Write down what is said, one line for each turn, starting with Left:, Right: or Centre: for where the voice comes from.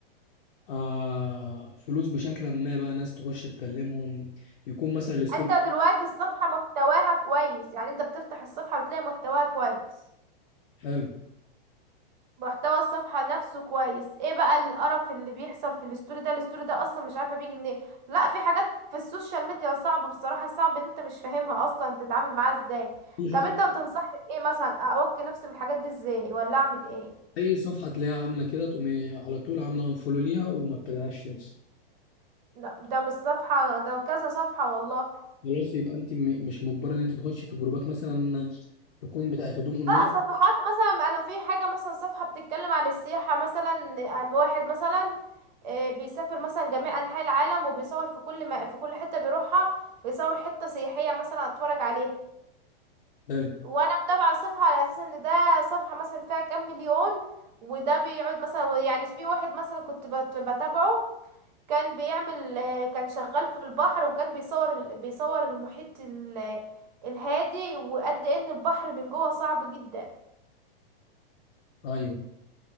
Left: آه فلوس بشكل ما بقى ناس تخش تكلمهم يكون مثلا الستوري
Right: انت دلوقتي الصفحة محتواها كويس يعني انت بتفتح الصفحة بتلاقي محتواها كويس
Left: حلو
Right: محتوى الصفحة نفسه كويس ايه بقى القرف اللي بيحصل في الستوري ده الستوري ده اصلا مش عارفة بيجي منين لا في حاجات في السوشيال ميديا صعبة بصراحة صعب ان انت مش فاهمها اصلا تتعامل معاها ازاي
Left: اي حاجه
Right: طب انت بتنصحني بايه مثلا اوقي نفسي من الحاجات دي ازاي ولا اعمل ايه
Left: اي صفحه تلاقيها عامله كده تقومي على طول عامله انفولو ليها وما تتابعهاش تاني
Right: لا ده مش صفحة ده كذا صفحة والله
Left: خلاص يبقى انت م- مش مجبره ان انت تخشي في جروبات مثلا تكون بتاعت هدوم اونلاين
Right: لا صفحات مثلا انا في حاجة مثلا صفحة بتتكلم عن السياحة مثلا عن واحد مثلا آه، بيسافر مثلا جميع انحاء العالم وبيصور في كل ما في كل حتة بيروحها بيصور حتة سياحية مثلا اتفرج عليها
Left: حلو
Right: وانا متابعة الصفحة على اساس ان ده صفحة مثلا فيها كام مليون وده بيقعد مثلا يعني في واحد مثلا كنت بت- بتابعه كان بيعمل آه، كان شغال في البحر وكان بيصور ال- بيصور المحيط ال- الهادي وقد ان البحر من جوه صعب جدا
Left: ايوه